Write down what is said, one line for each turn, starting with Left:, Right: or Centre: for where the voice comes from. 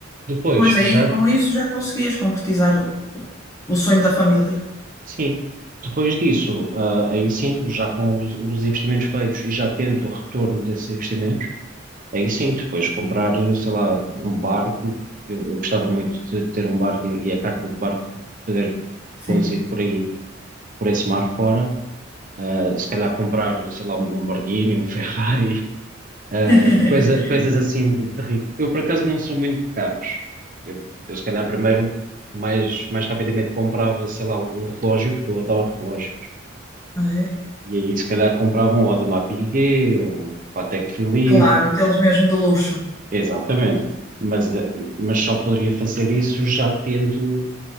Right: Depois,
Left: Pois aí,
Right: já,
Left: com isso já conseguias concretizar o, o sonho da família.
Right: sim, depois disso, ah, aí sim, já com os, os investimentos feitos e já tendo o retorno desses investimentos, aí sim, depois comprar, sei lá, um barco. Eu, eu gostava muito de ter um barco e, e a carta de barco para poder
Left: Sim.
Right: conduzir por aí, por esse mar fora. Ah, se calhar comprar, sei lá, um Lamborghini, um <laughs> Ferrari, Uh,
Left: <laughs>
Right: coisa- coisas assim de, de rico. Eu, por acaso, não sou muito de carros. Eu, eu se calhar, primeiro, mais, mais rapidamente comprava, sei lá, um um relógio, porque eu adoro relógios.
Left: É,
Right: E aí, se calhar, comprava um Audemars Piguet, um Patek Philippe.
Left: claro, aqueles mesmo de luxo.
Right: Exatamente. Mas, eh, mas só poderia fazer isso já tendo,